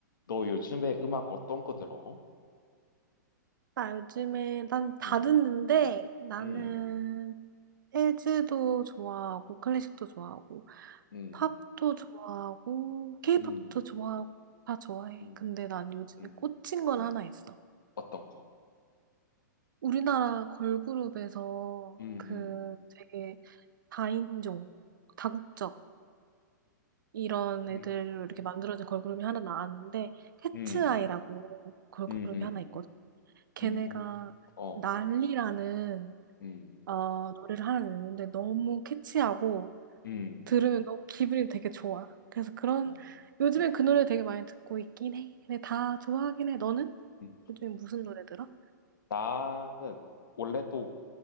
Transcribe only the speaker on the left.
너 요즘에 음악 어떤 거 들어?
음,
음,
음,
음,
음,
음.
어떤 거?
음,
음,
음,
음,
음,
음, 음,
음, 어,
음,
음,
어.
음.
나는 원래 또